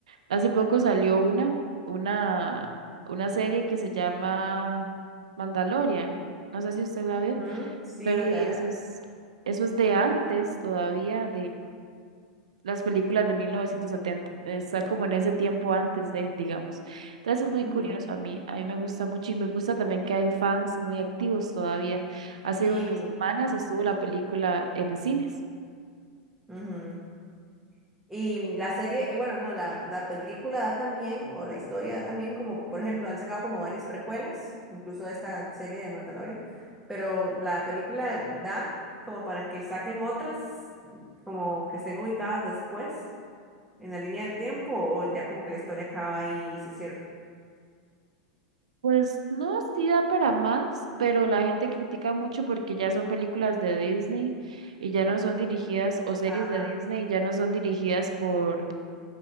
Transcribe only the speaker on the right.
Hace poco salió una, una, una serie que se llama Mandalorian. No sé si usted la vio,
pero
di, eso es, eso es de antes todavía las películas de 1970, está como en ese tiempo antes de, digamos. Entonces es muy
curioso a mí, a mí me gusta mucho y me gusta también que hay fans muy activos todavía. Hace
unas
semanas
estuvo la película en cines.
Pues no, sí da para más, pero la gente critica mucho porque ya son películas de Disney y ya no son dirigidas, o series
de Disney y ya no son dirigidas por,